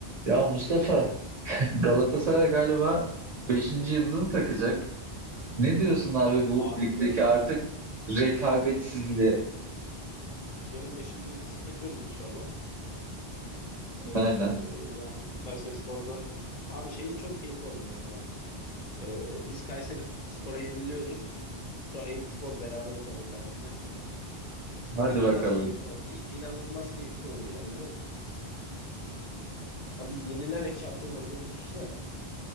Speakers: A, on the right; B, on the left.
A: Ya Mustafa Galatasaray galiba beşinci yıldızını takacak. Ne diyorsun abi bu
B: Abi
A: ligdeki
B: yarın
A: artık rekabetsizliğe?
B: yarın beşinci yıldızı takıyoruz inşallah. Ee,
A: Aynen.
B: yani Kayserispor'dan abi şey çok keyifli olur mesela. Ee, biz Kayserispor'a yeniliyoruz. Sonra Eyüpspor berabere kalır Fener'le. İnanılmaz
A: Hadi bakalım.
B: keyifli ol inanılmaz keyifli olur yani biliyor musun? Ha, biz yenilerek şampiyon olduğumuzu düşünsene.